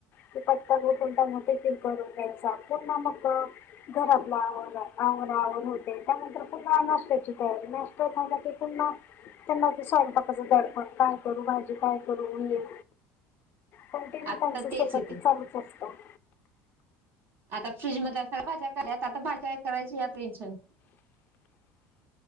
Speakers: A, on the left; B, on the right.
A: कि पटकन उठून त्यांना टिफीन करून त्यांच्या पुन्हा मग घरातला आ आवरा आवर होते त्यानंतर पुन्हा नाशत्याची तयारी नाय तो पर्यंत पुन्हा त्यांना ते स्वयंपाकच दडपण काय करू भाजी काय करू ये कंटिन्यू
B: आता
A: त्यांच
B: तेच
A: स्वतःचं
B: आहे
A: चालूच असतं,
B: आता फ्रीज मधल्या सगळ्या भाज्या खाल्यात आता भाज्या काय करायची याचं टेन्शन